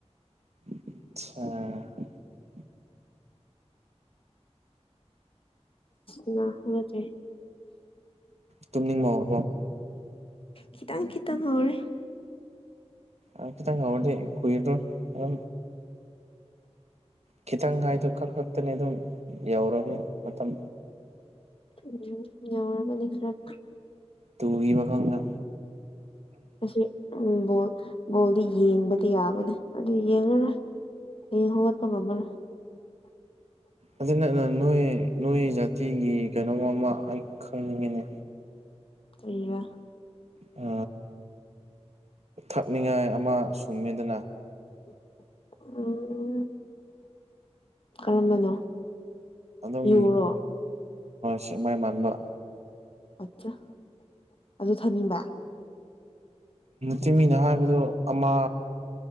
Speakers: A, on the right; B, on the left.
A: ꯑꯆꯥ
B: ꯎ ꯍꯠꯇꯦ
A: ꯇꯨꯝꯅꯤꯡꯕꯕ
B: ꯈꯤꯇꯪ ꯈꯤꯇꯪ ꯍꯧꯔꯦ
A: ꯑꯦꯇꯪꯗꯤ ꯀꯏꯔꯣ ꯑ ꯈꯤꯇꯪ ꯍꯥꯏꯗꯣ ꯈꯔ ꯈꯛꯇꯅꯤ ꯑꯗꯨꯝ ꯌꯧꯔꯒꯅꯤ ꯃꯇꯝ
B: ꯎꯝ ꯌꯥꯎꯔꯕꯨꯅꯤ ꯈꯔ
A: ꯇꯨꯒꯤ ꯋꯥꯈꯪꯅ
B: ꯑꯁ ꯎꯝꯣꯜ ꯕꯣꯜꯗꯤ ꯌꯦꯡꯕꯗꯤ ꯌꯥꯕꯅꯦ ꯑꯗꯨ ꯌꯦꯡꯉꯔ ꯍ ꯍ ꯇ ꯃꯃꯔ <unintelligible>
A: ꯑꯗꯨ ꯅ ꯅꯣꯏ ꯅꯣꯏ ꯖꯥꯇꯤꯒꯤ ꯀꯩꯅꯣ ꯑꯃ ꯑꯩ ꯈꯪꯅꯤꯡꯉꯤꯅꯦ
B: ꯑꯌꯥ
A: ꯑ ꯀꯛꯅꯤꯡꯉꯥꯏ ꯑꯃ ꯁꯨꯝꯃꯦꯗꯅ
B: ꯑ <unintelligible> <inaudible> ꯀꯔꯝꯕꯅꯣ
A: ꯑꯗꯨꯝ
B: ꯌꯨꯔꯣ
A: ꯁꯦꯛꯃꯥꯏ ꯃꯥꯟꯕ
B: ꯑꯆꯥ ꯑꯗꯨ ꯊꯅꯤꯡꯕ
A: ꯆꯃꯤꯅ ꯍꯥꯏꯕꯗꯣ ꯑꯃ